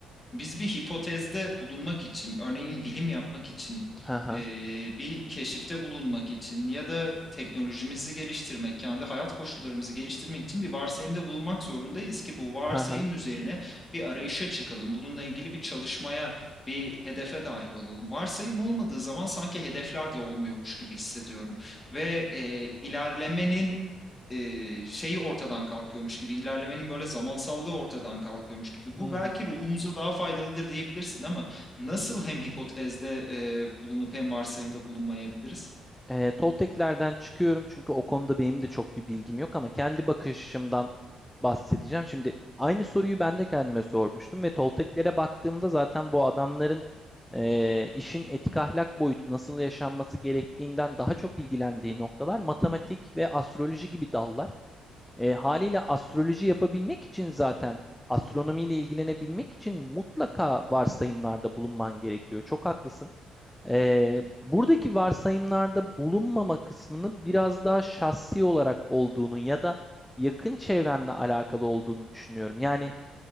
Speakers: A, on the left (about 25°); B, in the centre.
A: Biz bir hipotezde bulunmak için, örneğin bilim yapmak için,
B: Ha ha.
A: eee, bir keşifte bulunmak için ya da teknolojimizi geliştirmek, kendi hayat koşullarımızı geliştirmek için bir varsayımda bulunmak zorundayız ki bu varsayım
B: Ha ha.
A: üzerine bir arayışa çıkalım. Bununla ilgili bir çalışmaya, bir hedefe dahil olalım. Varsayım olmadığı zaman sanki hedefler de olmuyormuş gibi hissediyorum ve, eee, ilerlemenin eee, şeyi ortadan kalkıyormuş gibi, ilerlemenin böyle zamansallığı ortadan kalkıyormuş gibi. Bu
B: Hı
A: belki
B: hı.
A: ruhumuza daha faydalıdır diyebilirsin ama nasıl hem hipotezde eee, bulunup hem varsayımda bulunmayabiliriz?
B: Eee, Tolteklerden çıkıyorum çünkü o konuda benim de çok bir bilgim yok ama kendi bakış açımdan bahsedeceğim. Şimdi aynı soruyu ben de kendime sormuştum ve Tolteklere baktığımda zaten bu adamların eee, işin etik ahlak boyutu nasıl yaşanması gerektiğinden daha çok ilgilendiği noktalar matematik ve astroloji gibi dallar. Eee, haliyle astroloji yapabilmek için zaten astronomiyle ilgilenebilmek için mutlaka varsayımlarda bulunman gerekiyor. Çok haklısın. Ee, buradaki varsayımlarda bulunmama kısmını biraz daha şahsi olarak olduğunu ya da yakın çevrenle alakalı olduğunu düşünüyorum. Yani